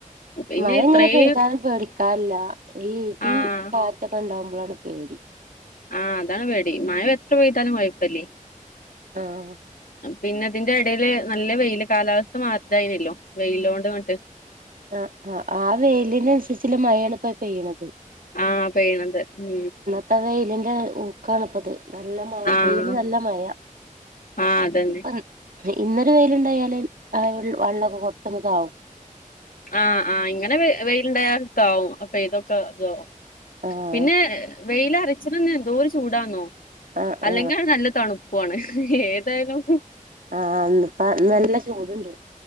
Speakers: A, on the left (about 85°); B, on the right (about 80°).
A: പിന്നെ
B: മഴ
A: ഇത്രേം
B: ഇങ്ങനെ പെയ്താലും പേടി ക്കല്ല ഈ ഇടിം
A: ആഹ്
B: കാറ്റൊക്കെ ഉണ്ടാവുമ്പോളാണ് പേടി
A: ആഹ് അതാണ് പേടി മഴ എത്ര പെയ്താലും കൊയപ്പല്ലേ
B: ആഹ്
A: പിന്നെ ഇതിന്റെ എടേല് നല്ല വെയില് കാലാവസ്ഥ മാത്തായിനല്ലോ വെയിലോണ്ട് ങ്ങട്ട്.
B: ആഹ് ആഹ് ആഹ് വെയ്ലിന് അൻസരിച്ച്ല്ല മഴയാണ് ഇപ്പൊ പെയ്യ്ണത്.
A: ആഹ് പെയ്യ്ണത് ഉം
B: ആഹ് വെയിലിൻ്റെ ഊക്കാണ്പ്പത്. നല്ല മഴ
A: ആഹ്
B: പെയ്യുന്ന നല്ല മഴ
A: ആഹ് അതന്നെ
B: ഇപ്പം ഇന്നൊരു വെയില്ണ്ടായാല് ആഹ് വെൾ വള്ളക്കെ കൊർച്ചൊന്ന് താകും.
A: ആഹ് ആഹ് ഇങ്ങനെ വെ വെയില്ണ്ടായ താകും. പെയ്തൊക്കെ താകും
B: ആഹ്
A: പിന്നെ വെയില് അർച്ചിണന്ന് എന്തോ ഒരു ചൂടാന്നോ.
B: ആഹ്
A: അല്ലെങ്ക്യാണ
B: ആഹ്
A: നല്ല തണു പോണ് ഏതായാലും
B: ആഹ് ഇന്നിപ്പ
A: ഉം
B: നല്ല ചൂടുണ്ട്